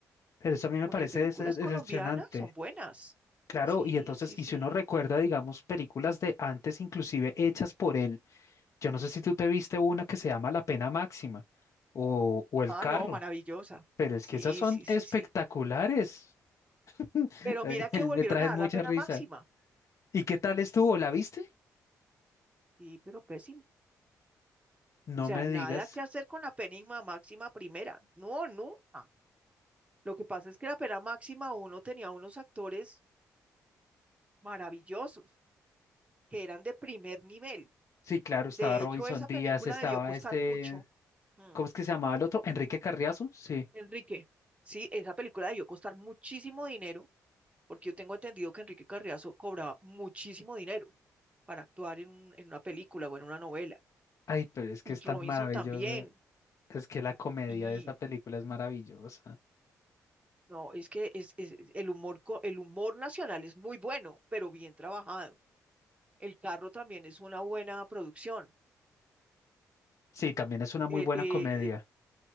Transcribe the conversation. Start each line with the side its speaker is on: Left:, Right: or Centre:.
Left: Pero eso a mí me
Right: porque
Left: parece
Right: películas
Left: des- decepcionante.
Right: colombianas son buenas.
Left: Claro,
Right: Sí,
Left: y entonces,
Right: sí,
Left: y
Right: sí.
Left: si uno recuerda, digamos, películas de antes, inclusive hechas por él, yo no sé si tú te viste una que se llama La Pena Máxima o, o El
Right: Ah,
Left: Carro,
Right: no, maravillosa.
Left: pero es
Right: Sí,
Left: que esas son
Right: sí, sí,
Left: espectaculares.
Right: sí.
Left: <laughs>
Right: Pero
Left: Ay,
Right: mira que
Left: Me
Right: volvieron
Left: traen
Right: a dar
Left: mucha
Right: la pena
Left: risa.
Right: máxima.
Left: ¿Y qué tal estuvo? ¿La viste?
Right: Sí, pero pésimo.
Left: No
Right: O sea,
Left: me
Right: nada
Left: digas.
Right: que hacer con la pena máxima primera. No, nunca. Lo que pasa es que la pena máxima uno tenía unos actores maravillosos que eran de primer nivel.
Left: Sí, claro, estaba
Right: De
Left: Robinson
Right: hecho, esa
Left: Díaz,
Right: película
Left: estaba
Right: debió costar
Left: este,
Right: mucho. Mm,
Left: ¿cómo es que se llamaba el otro? Enrique Carriazo, sí.
Right: Enrique, sí, esa película debió costar muchísimo dinero, porque yo tengo entendido que Enrique Carriazo cobraba muchísimo dinero para actuar en, un- en una película o en una novela.
Left: Ay, pero es que
Right: Y
Left: es
Right: Robinson
Left: tan maravillosa.
Right: también.
Left: Es que la comedia
Right: y
Left: de esa película es maravillosa.
Right: No, es que es, es- el humor, co- el humor nacional es muy bueno, pero bien trabajado. El carro también es una buena producción.
Left: Sí, también es una muy
Right: Eh,
Left: buena
Right: eh,
Left: comedia.
Right: eh,